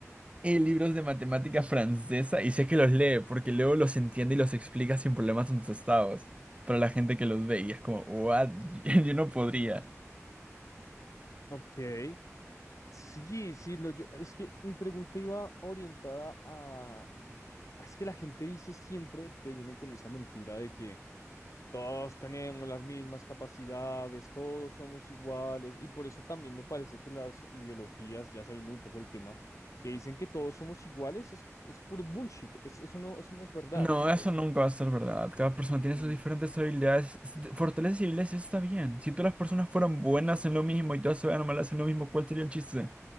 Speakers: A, on the right; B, on the left.
A: eh, libros de matemática francesa y sé que los lee porque luego los entiende y los explica sin problemas en sus estados. Para la gente que los ve y es como, what? <laughs> Yo no podría.
B: Ok. Sí, sí, no, yo, es que mi pregunta iba orientada Ah, Es que la gente dice siempre, te vienen con esa mentira de que todos tenemos las mismas capacidades, todos somos iguales, y por eso también me parece que las ideologías, ya saliendo un poco el tema, que dicen que todos somos iguales, es, es puro bullshit, es, eso no, eso no es verdad,
A: No,
B: ¿sabes?
A: eso nunca va a ser verdad. Cada persona tiene
B: Mm,
A: sus diferentes habilidades, s- fortalezas y habilidades, y eso está bien. Si todas las personas fueran buenas en lo mismo y todas se fueran malas en lo mismo, ¿cuál sería el chiste?